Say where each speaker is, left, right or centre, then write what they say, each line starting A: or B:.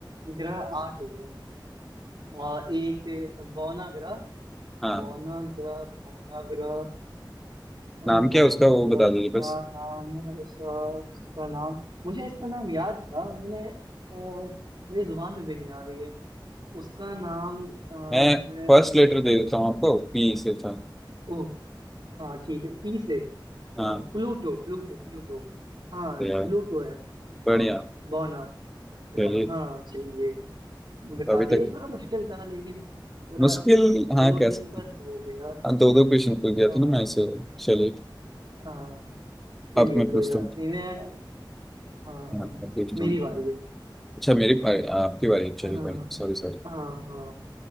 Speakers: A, on the right (about 75°); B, in the centre.
A: ग्रह आठ हो रहे हैं और एक बौना ग्रह
B: हाँ
A: बौनाग्रह बौनाग्रह हाँ
B: नाम
A: बौनाग्रह
B: क्या है उसका वो बता
A: क्या
B: दीजिए बस
A: नाम है उसका उसका नाम मुझे इसका नाम याद था मैंने अ, मेरी जुबान पे भी नहीं आ रही है उसका नाम अ,
B: मैं
A: है
B: फर्स्ट
A: प्लूटो
B: लेटर दे देता हूँ आपको पी से था
A: ओह हाँ ठीक है पी से
B: हाँ
A: अ, प्लूटो प्लूटो प्लूटो हाँ
B: तो यार,
A: प्लूटो है ग्राफ
B: बढ़िया
A: बौना ग्रह
B: चलिए
A: बौनाग्रह हाँ चलिए बता
B: तो अभी
A: दिए
B: तक
A: थोड़ा मुश्किल था लेकिन थोड़ा
B: मुश्किल
A: जोर
B: हाँ कह
A: देने
B: सकते
A: पर
B: हैं।
A: हो गया
B: हाँ, दो दो क्वेश्चन पूछ गया
A: हाँ
B: था ना मैं इसे चलिए
A: हाँ चलिए
B: अब मैं
A: कोई
B: पूछता
A: बात
B: हूँ
A: नहीं मैं हाँ
B: हाँ
A: अब
B: मैं पूछता
A: मेरी
B: हूँ
A: बारी है
B: अच्छा मेरी बारी आपकी बारी चलिए
A: हाँ
B: बारी सॉरी सॉरी
A: हाँ हाँ